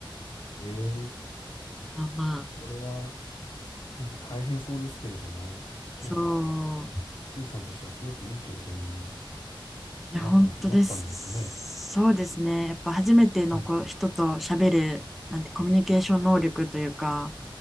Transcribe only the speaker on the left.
ええ、
これは。なんか大変そうですけれども、なんか、
スイさんとしてはすごくいい経験に
なった、
なったんですかね。
はい。